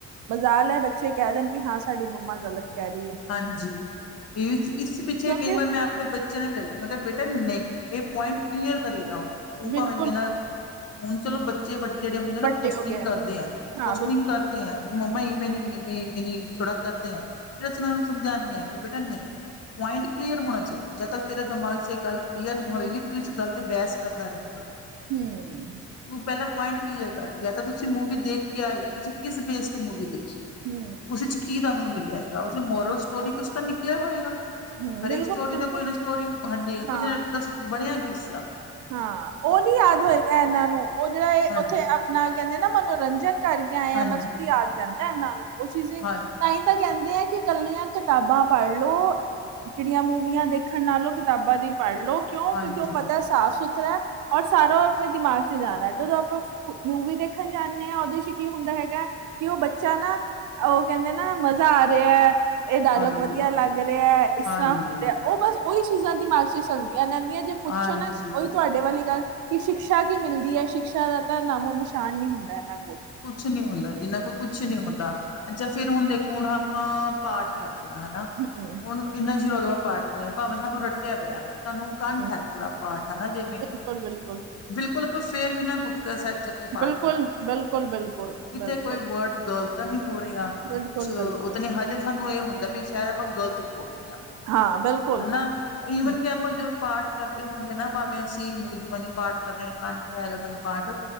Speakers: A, on the right; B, on the left.
A: ਮਜ਼ਾਲੈ ਬੱਚੇ ਕਹਿ ਦੇਣ ਕਿ ਹਾਂ ਸਾਡੀ ਮੰਮਾ ਗਲਤ ਕਹਿ ਰਹੀ ਹੈ
B: ਹਾਂਜੀ ਇਸ-ਇਸ ਪਿੱਛੇ
A: ਕਿਉਂਕਿ
B: ਕਈ ਵਾਰ ਮੈਂ ਆਪਣੇ ਬੱਚਿਆਂ ਨੂੰ ਵੀ ਲੱਗਦਾ ਮੈਂ ਕਿਹਾ ਬੇਟਾ ਨਹੀਂ ਇਹ ਪੁਆਇੰਟ ਕਲੀਅਰ ਕਰੀ ਦਾ ਹੁੰਦਾ ਤੂੰ
A: ਬਿਲਕੁਲ
B: ਭਾਵੇਂ ਮੇਰੇ ਨਾਲ ਹ ਚਲੋ ਬੱਚੇ ਵੱਡੇ ਜਿਹੜੇ ਹੁੰਦੇ
A: ਵੱਡੇ
B: ਉਹ ਕੋਸਟਿਂਗ
A: ਹੋ ਗਏ
B: ਕਰਦੇ ਆ
A: ਹਾਂ
B: ਕੋਸਟਿਂਗ
A: ਬਿਲਕੁਲ
B: ਕਰਦੇ
A: ਬਿਲਕੁਲ
B: ਆ ਮੰਮਾ ਹੀ ਵੇਂ ਨੀਵੇਂਵੇ ਨੀ ਥੋੜਾ ਕਰਦੇ ਆਾਂ ਜਿਹੜਾ ਅਂ ਉਹ ਨੂੰ ਸਮਝਾਉਂਦੇ ਹਾਂ ਕਿ ਬੇਟਾ ਨਹੀਂ ਪੁਆਇੰਟ ਕਲੀਅਰ ਹੋਣਾ ਚਾਹੀਦਾ ਜਦ ਤੱਕ ਤੇਰੇ ਦਿਮਾਗ ਚ ਇਹ ਗੱਲ ਕਲੀਅਰ ਨਹੀਂ ਹੋਏਗੀ ਤੂੰ ਇਸ ਗੱਲ ਤੇ ਬਹਿਸ ਕਰਦਾ ਰਹੇਗਾ
A: ਹਮ
B: ਤੂੰ ਪਹਿਲਾ ਪੁਆਇੰਟ ਕਲੀਅਰ ਕਰ ਗਿਆ ਤਾਂ ਤੁਸੀਂ ਮੂਵੀ ਦੇਖ ਕੇ ਆਏ ਹੋ ਤੁਸੀਂ ਕਿਸ ਬੇਸ ਤੇ ਮੂਵੀ ਦੇਖ
A: ਹਮ
B: ਉਸ ਚ ਕੀ ਤੁਹਾਨੂੰ ਮਿਲਿਆ ਹੈਗਾ ਉਸਦੀ ਮੋਰਲ ਸਟੋਰੀ ਕੁਛ ਤਾਂ ਨਿਕਲਿਆ ਹੋਏਗਾ
A: ਹਮ ਬਿਲਕੁਲ
B: ਹਰੇਕ ਸਟੋਰੀ
A: ਬਿਲਕੁਲ
B: ਦਾ ਕੋਈ ਨਾ ਸਟੋਰੀ ਹਾਂਜੀ
A: ਹਾਂ
B: ਕੁਛ ਨਾ ਦ ਬਣਿਆ ਕੀ ਇਸਦਾ
A: ਹਾਂ ਉਹ ਨੀ ਯਾਦ ਹੋਏਗਾ ਇਹਨਾਂ ਨੂੰ ਉਹ ਜਿਹੜਾ ਇਹ
B: ਹਾਂਜੀ
A: ਉੱਥੇ ਆਪਣਾ ਕਹਿੰਦੇ ਨਾ ਮਨੋਰੰਜਨ ਕਰਕੇ ਆਏ
B: ਹਾਂਜੀ
A: ਆ ਬਸ ਫ ਯਾਦ ਰਹਿੰਦਾ ਇਹਨਾਂ ਨੂੰ ਉਹ ਚੀਜ਼
B: ਹਾਂਜੀ
A: ਤਾਂ ਹੀ ਤਾਂ ਕਹਿੰਦੇ ਆ ਕਿ ਇਕੱਲੀਆਂ ਕਿਤਾਬਾਂ ਪੜ ਲੋ ਜਿਹੜੀਆਂ ਮੂਵੀਆਂ ਦੇਖਣ ਨਾਲੋਂ ਕਿਤਾਬਾਂ ਦੀ ਪੜ੍ਹਲੋ ਕਿਉਂ
B: ਹਾਂਜੀ
A: ਕਿਉਂਕਿ ਉਹ ਪਤਾ ਸਾਫ਼ ਸੁਥਰਾ ਔਰ ਸਾਰਾ ਆਪਣੇ ਦਿਮਾਗ ਚ ਜਾ ਰਿ ਜਦੋਂ ਆਪਾਂ ਮੂਵੀ ਦੇਖਣ ਜਾਂਦੇ ਹਾਂ ਉਹਦੇ ਚ ਕੀ ਹੁੰਦਾ ਹੁੰਦਾ ਹੈਗਾ ਕਿ ਉਹ ਬੱਚਾ ਨਾ ਉਹ ਕਹਿੰਦੇ ਨਾ ਮਜ਼ਾ ਆ ਰਿਹਾ ਇਹ ਡਾਇਲੋਗ
B: ਹਾਂਜੀ,
A: ਵਧੀਆ ਲੱਗ ਰਿਹਾ ਹੈ ਇਸ
B: ਹਾਂਜੀ,
A: ਤਰ੍ਹਾਂ ਉਹ ਬਸ ਉਹੀ ਚੀਜ਼ਾਂ ਦਿਮਾਗ ਚ ਚੱਲਦੀ ਨਨਦੀਆਂ ਜੇ ਪੁੱਛੋ
B: ਹਾਂਜੀ
A: ਨਾ ਉਹੀ ਤੁਹਾਡੇ ਵਾਲੀ ਗੱਲ ਕਿ ਸ਼ਿਕਸ਼ਾ ਕੀ ਮਿਲਦੀ ਹੈ ਸ਼ਿਕਸ਼ਾ ਦਾ ਤਾਂ ਨਾਮੋ ਨਿਸ਼ਾਨ ਨ ਹੁੰਦਾ ਇਹਨਾਂ ਕੋਲ
B: ਕੁਛ ਨੀ ਹੁੰਦਾ ਜੀਨਾਂ ਕੋਲ ਕੁਛ ਨੀ ਹੁੰਦਾ ਅੱਛਾ ਫੇਿਰ ਹੁਣ ਦੇਖੋ ਹੁਣ ਆਪਾਂ ਪਾਠ ਕਰਦੇ ਹੈਨਾ
A: ਹਮ,
B: ਹੁਣ ਇੰਨਾ ਸ਼ੁਰੂ ਹੋ ਕੇਾਂ ਪਾਠ ਕਰਿਆ ਭਾਵੇਂ ਸਾਨੂੰ ਰੱਟਿਆ ਪਿਆ ਸਾਨੂੰ ਕੰਠ
A: ਹਮ,
B: ਹੈ ਪੂਰਾ ਪਾਠ ਹਨਾ ਜਿਵੇਂ
A: ਬਿਲਕੁਲ ਬਿਲਕੁਲ
B: ਬਿਲਕੁਲ ਆਪਾਂ ਫੇਰ ਵੀ ਨਾ ਗੁਟਕਾ ਕੇ ਪਾਠ
A: ਬਿਲਕੁਲ
B: ਕਰਦੇ ਹਾਂ
A: ਬਿਲਕੁਲ ਬਿਲਕੁਲ
B: ਕਿੱਥੇ
A: ਬਿਲਕੁਲ
B: ਕੋਈ ਵਰਡ ਗਲਤ ਨੀ ਹੋ ਰਿਹਾ
A: ਬਿਲਕੁਲ
B: ਕੁਛ ਉਹ
A: ਬਿਲਕੁਲ
B: ਤਾਂ ਨ ਹਜੇ ਸਾਨੂੰ ਇਹ ਹੁੰਦਾ ਵੀ ਸ਼ਾਇਦ ਆਪਾਂ ਗ਼ਲਤ ਬੋਲਦੇ
A: ਹਾਂ ਬਿਲਕੁਲ
B: ਹਨਾ
A: ਹਮ,
B: ਈਵਨ ਕਿ ਆਪਾਂ ਜਦੋਂ ਪਾਠ ਕਰਦੇ ਹੁੰਦੇ ਨਾ ਭਾਵੇਂ ਅਸੀਂ ਮੂਜਬਾਨੀ ਪਾਠ ਕਰਦੇ ਹਾਂ ਕੰਠ ਹੈ ਸਾਨੂ ਪਾਠ